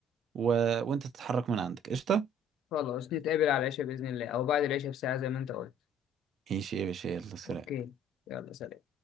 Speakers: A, on the right (about 70°); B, on the left (about 80°).
A: و... وانت تتحرك من عندك قشطة
B: خلاص نتقابل على العشاء بإذن الله او بعد العشاء بساعة زي ما انت قلت
A: ماشي يا باشا يلا سلام
B: اوكي يلا سلام